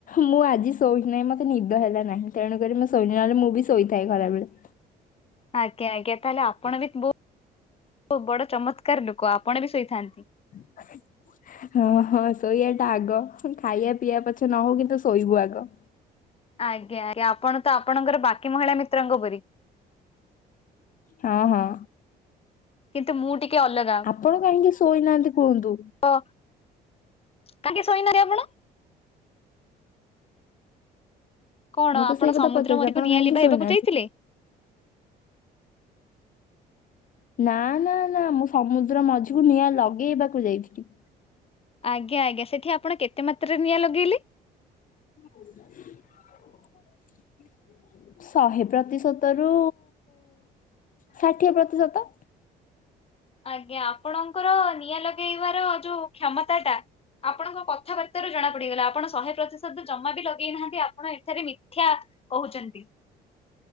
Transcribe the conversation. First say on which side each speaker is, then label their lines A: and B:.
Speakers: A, on the left; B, on the left.
A: ମୁଁ ଆଜି ଶୋଇବି ନାହିଁ, ମତେ ନିଦ ହେଲା ନାହିଁ। ତେଣୁକରି ମୁଁ ଶୋଇନି ନହେଲେ, ମୁଁ ବି ଶୋଇଥାଏ ଖରାବେଳେ।
B: ଆଜ୍ଞା, ଆଜ୍ଞା, ତାହେଲେ ଆପଣ ବି ବହୁ ବଡ ଚମତ୍କାର ଲୋକ ଆପଣ ବି ଶୋଇଥାନ୍ତି।
A: <unintelligible> ହଁ, ହଁ, ଶୋଇଆ ଟା ଆଗ। ଖାଇବା ପିଆ ପଛେ ନ ହଉ। କିନ୍ତୁ ଶୋଇବୁ ଆଗ।
B: ଆଜ୍ଞା, ଆଜ୍ଞା, ଆପଣ ତ ଆପଣଙ୍କର ବାକି ମହିଳା ମିତ୍ରଙ୍କ ପରି।
A: ହଁ ହଁ।
B: କିନ୍ତୁ ମୁଁ ଟିକେ ଅଲଗ୍
A: ଆପଣ କାହିଁକି ଶୋଇନାହାଁନ୍ତି କୁହନ୍ତୁ।
B: ଅ, କାହିଁକି ଶୋଇ ନାହାଁନ୍ତି ଆପଣ? କଣ
A: ମୁଁ
B: ଆପଣ
A: ତ ସେଇ କଥା
B: ସମୁଦ୍ର
A: ପଚାରୁଛି
B: ମଝିକୁ
A: ଆପଣ
B: ନିଆଁ
A: କାହିଁକି
B: ଲିଭାଇବାକୁ
A: ଶୋଇନାହାନ୍ତି?
B: ଯାଇଥିଲେ?
A: ନା, ନା, ନା, ମୁଁ ସମୁଦ୍ର ମଝିକୁ ନିଆଁ ଲଗେଇବାକୁ ଯାଇଥିଲି।
B: ଆଜ୍ଞା ଆଜ୍ଞା, ସେଠି ଆପଣ କେତେ ମାତ୍ରାରେ ନିଆଁ ଲଗେଇଲେ?
A: <unintelligible> ଶହେ ପ୍ରତିଶତ ରୁ ଷାଠିଏ ପ୍ରତିଶତ।
B: ଆଜ୍ଞା, ଆପଣଙ୍କର ନିଆଁ ଲଗେଇବାର ଯୋଉ କ୍ଷମତା ଟା ଆପଣଙ୍କ କଥାବାର୍ତ୍ତାରୁ ଜଣା ପଡିଗଲା। ଆପଣ ଶହେ ପ୍ରତିଶତ ଜମା ବି ଲଗେଇନାହାଁନ୍ତି। ଆପଣ ଏଠାରେ ମି ଥ୍ୟା କହୁଚନ୍ତି।